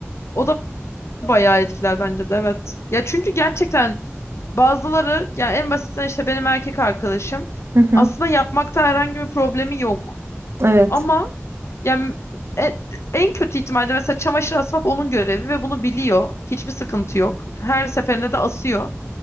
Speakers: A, on the left; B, on the right.
A: O da bayağı etkiler bence de evet. Ya çünkü gerçekten bazıları ya en basitinden işte benim erkek arkadaşım
B: Hı hı.
A: aslında yapmakta herhangi bir problemi yok.
B: Evet.
A: Ama yani en, en kötü ihtimalde mesela çamaşır asmak onun görevi ve bunu biliyor. Hiçbir sıkıntı yok. Her seferinde de asıyor.